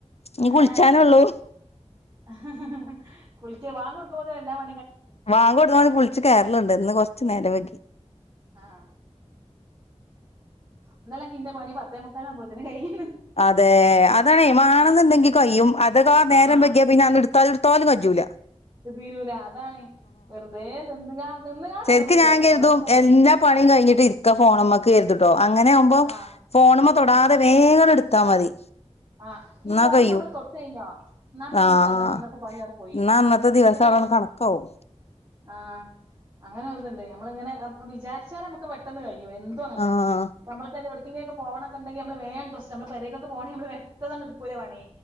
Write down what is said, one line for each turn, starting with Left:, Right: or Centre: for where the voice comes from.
Right: ഉം
Left: ഇനി
Right: ആ ഹ
Left: കുളിച്ചാനൊള്ളൂ
Right: ഹ ഹാ കുളിക്ക ബാങ്ങാെട്ക്കുമ്പോത്ത്ന് എല്ലാ പ
Left: വാങ്ങാെട്മ്പോത്ത്ന് കുളിച്ച് കേറല്ണ്ട് ഇന്ന് കൊർച്ച് നേരം വെ
Right: ആഹ് ഇന്നലെക്കെ ൻ്റെ പണി പത്തേമുക്കാലാവുമ്പോത്തിന് കയ്
Left: അതേ അതാണ് മാണെന്ന്ണ്ടെങ്കി കയ്യും അതവാ നേരം
Right: ആഹ്
Left: വെക്യാ പിന്നെ ആണ്ട് ഇട്ത്താലും ഇട്ത്താലും കജ്ജൂല
Right: തീരൂല അതാണ് വെർതെ നിന്ന്കാ നിന്ന്കാണ്ട്
Left: ശെര്ക്ക്
Right: നേരം വൈകിയാട്ടോ
Left: ഞാൻ കര്തും
Right: വേറൊന്നുല്ല
Left: എല്ലാ പണിം കയ്ഞ്ഞ് ട്ട്‌ര്ക്ക ഫോണ് മ്മക്ക് കര്തുട്ടോ അങ്ങനെ ആവുമ്പോ
Right: ആഹ്
Left: ഫോണ് മ്മ തൊടാതെ വേഗാണ്ട് ഇട്ത്താ മതി
Right: ആഹ് ഈ
Left: എന്നാ
Right: ഫോണ്മേ
Left: കഴിയും
Right: നമ്മ തൊട്ടു കഴിഞ്ഞോ എന്നാ പിന്നെ
Left: ആഹ്
Right: നമ്മക്ക് എന്താണ് അന്നത്തെ പണി അവിടെ പോയി
Left: എന്നാ അന്നത്തെ
Right: <unintelligible>
Left: <unintelligible> കണക്കാവും
Right: ആ അങ്ങനെ ഒത്ണ്ട് നമ്മള ഇങ്ങനെ വിചാരിച്ചാല് നമ്മുക്ക് പെട്ടെന്ന് കയ് യും എന്തും അങ്ങന
Left: ആഹ്
Right: തന്നെ നമ്മ എവിടുങ്കിലക്ക പോകണൊണ്ടെങ്ക നമ്മള് വേ പ്രശ് നമ്മ പരേക്ക പോണങ്ക നമ്മ എടുത്ത് എടുക്കൂലെ പണി